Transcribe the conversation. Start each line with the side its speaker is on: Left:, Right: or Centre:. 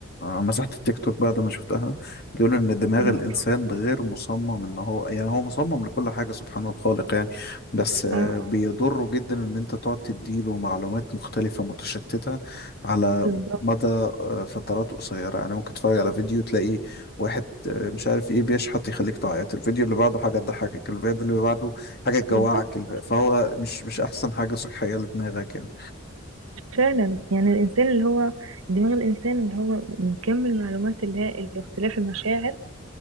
Left: مسحت التيك توك بعد ما شفتها بيقول ان دماغ
Right: من
Left: الانسان
Right: هبرة
Left: غير مصمم ان هو يعني هو مصمم لكل حاجه سبحان الخالق يعني بس آه،
Right: اه
Left: بيضره جدا ان انت تقعد تديله معلومات مختلفه متشتته على
Right: بالظبط
Left: مدى آه، فترات قصيره يعني ممكن تتفرج على فيديو تلاقي واحد آه، مش عارف ايه بيشحت يخليك تعيط الفيديو اللي بعده حاجه تضحكك الفيديو اللي بعده حاجه تجوعك
Right: بالظبط
Left: الف-
Right: صح.
Left: فهو مش مش احسن حاجه صحيه لدماغك يعني
Right: فعلا يعني الإنسان اللي هو دماغ الإنسان اللي هو من كم المعلومات الهائل واختلاف المشاعر